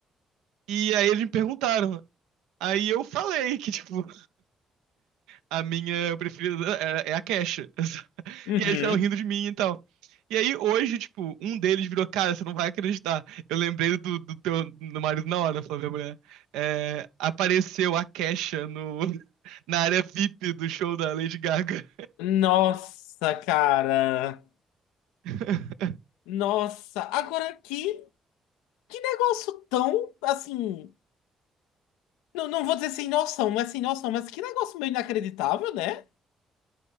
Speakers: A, on the right (about 80°); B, on the left (about 80°).
A: E aí eles me perguntaram. Aí eu falei que, tipo, a minha preferida é, é é a Kesha. <laughs>
B: uhum.
A: E aí eles ficaram rindo de mim e tal. E aí hoje, tipo, um deles virou, cara, você não vai acreditar. Eu lembrei do, do teu do marido na hora, falou minha mulher. É, apareceu a Kesha no, <laughs> na área VIP do show da Lady Gaga.
B: Nossa, cara.
A: <laughs>
B: Nossa, agora que, que negócio tão, assim, não, não vou dizer sem noção, não é sem noção, mas que negócio meio inacreditável, né?